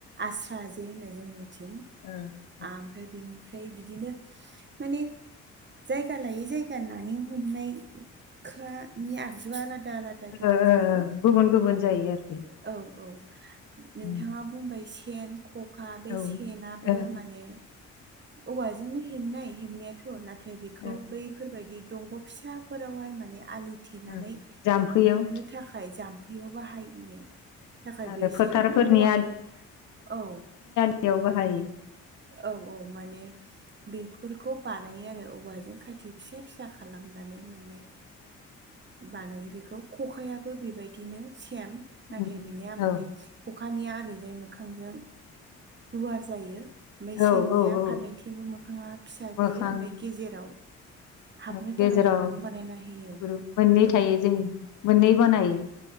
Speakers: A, on the right; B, on the left.
A: आस्रा जे होनो जोंनिथिं।
B: ओ।
A: आमफ्राय बिनिफ्राय बिदिनो माने जायगा लायै जायगा नानि हमनायखानि आगजुआ आलादा आलादा। गोनां
B: ओओओ
A: जायो
B: गुबुन गुबुन
A: औ
B: जायो आरोखि।
A: औ औ नोंथांङा
B: उम
A: बुंबाय सेन खक। खा बे
B: औ ओ
A: सेनाबो
B: ओ
A: माने औवाजोंनो हेबनाय हेबनायाथ' ना। थाय बेखौ
B: ओ
A: बैफोरबायदि दंग' फिसाफोरावहाय माने आलि। थेनानै
B: ओ जाम्फैयाव
A: हमनो थाखाय जाम्फैयाव बाहायनो। थाखाय
B: आरो
A: बे
B: फोथारफोरनि
A: सेनखौ औवानि औ।
B: बेयाव बाहायो।
A: औ औ माने। बेफोरखौ बानायो आरो औवाजों खाथि फिसा फिसा खालामनानै माने। बानायो बेखौ खखायाबो बेबायदिनो सेम। नाथाय
B: उम
A: बिनिया
B: औ
A: माने खखानिया ओरैजाय मोखांजों गुवार जायो। ओमफ्राय सेननिया
B: औ औ औ
A: फारनैथिंबो मोखाङा फिसा
B: मोखां
A: जायो ओमफ्राय गेजेराव।
B: <inaudible>
A: हाबनो
B: गेजेराव
A: थाखाय गुदुं बानायना होयो
B: मोननै
A: औ
B: थायो जों मोननै बानायो।